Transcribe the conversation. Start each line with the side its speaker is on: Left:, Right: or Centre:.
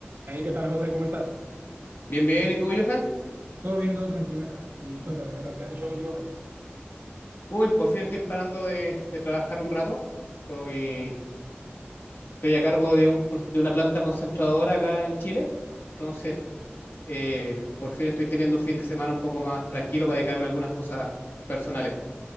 Right: Ahí, ¿qué tal, José? ¿Cómo estás?
Left: Bien, bien, ¿y tú, Johan?
Right: Todo bien, todo tranquilo acá. Y cuéntame, ¿qué tal? ¿Qué has hecho últimamente?
Left: Uy, por fin estoy parando de, de trabajar un rato. Estoy, estoy a cargo de, un pro- de una planta concentradora acá en Chile. Entonces,
Right: Ok,
Left: eh, por fin estoy teniendo un fin de semana un poco más tranquilo para dedicarme a algunas cosas personales.